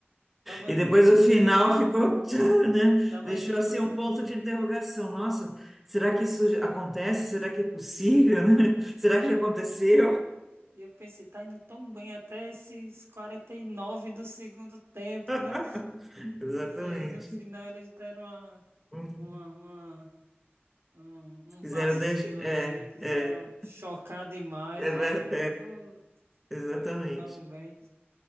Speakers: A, on the right (about 75°); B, in the centre.
A: tava
B: E
A: indo,
B: depois o final ficou, <laughs> tchá, né?
A: tava
B: Deixou
A: indo
B: assim
A: tudo
B: um ponto de interrogação. Nossa, será que isso acontece? Será que é possível, né? <laughs> Será
A: Tava
B: que já aconteceu?
A: indo, e eu pensei, tá indo tão bem até esses 49 do segundo tempo,
B: <laughs>
A: né?
B: Exatamente.
A: Mas aí no final eles deram uma,
B: Uhum.
A: uma, uma- um,
B: Se
A: um
B: quiseram
A: vacilo
B: deixar.
A: assim,
B: É,
A: quiseram
B: é,
A: chocar demais.
B: é, ver-
A: Aí eu, putz,
B: é, exatamente.
A: tava indo tão bem.